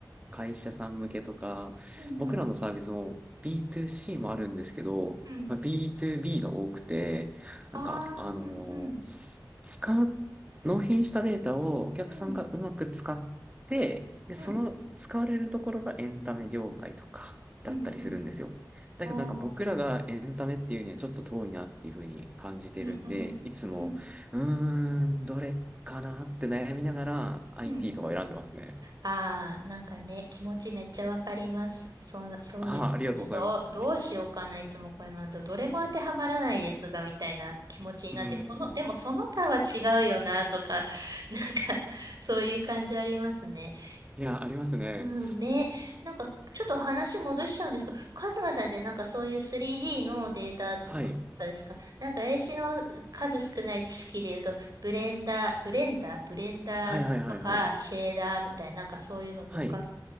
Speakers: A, on the right; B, on the right.
A: 会社さん向けとか、
B: うんうん。
A: 僕らのサービスも B2C もあるんですけど、
B: うん
A: まあ、B2B が多くて、
B: ああ、
A: なんか、あのーす使う、
B: うんうん、
A: 納品したデータをお客さんがうまく使って、
B: うん、
A: で、
B: うん、
A: その使われるところがエンタメ業界とかだったりするんですよ。
B: うん、うん、
A: だけどなんか僕らがエンタメっていうにはちょっと遠いなっていうふうに感じてるんで、
B: おー、うん、うん、
A: いつも、
B: うん、
A: うーん、どれかなって悩みながら IT
B: うん。
A: とかを選んでますね。
B: ああ、なんかね、気持ちめっちゃわかります。そう、そうですよね。
A: ああ、ありがとうございます。
B: どう、どうしようかな、いつもこれなんで、どれも当てはまらないですが、みたいな気持ちになって、
A: うん。
B: その、でもその他は違うよな、とか、なんか、そういう感じありますね。え、
A: いや、ありますね。
B: うんね。なんか、ちょっと話戻しちゃうんですけど、カズマさんってなんかそういう 3D のデータっておっしゃるんですかなんか、
A: はい。
B: 英詞の数少ない知識で言うと、ブレンダー、ブレンダー、ブレンダーとか、
A: はいはいはいはい。
B: シェーダーみたいな、なんかそういうのとか、
A: はい。